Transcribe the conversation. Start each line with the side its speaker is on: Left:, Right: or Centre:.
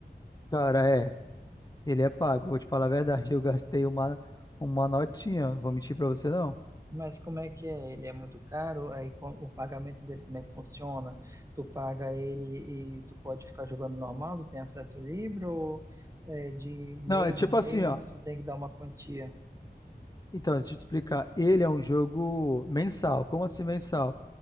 Left: Cara, é, ele é pago, vou te falar a verdade. Eu gastei uma, uma notinha, vou mentir pra você não.
Right: Mas como é que é? Ele é muito caro? Aí co- o pagamento dele, como é que funciona? Tu paga ele e tu pode ficar jogando normal, tu tem acesso livre ou é, de mês
Left: Não, é tipo
Right: em mês
Left: assim, ó.
Right: tu tem que dar uma quantia?
Left: Então, deixa eu te explicar. Ele é um jogo mensal. Como assim mensal?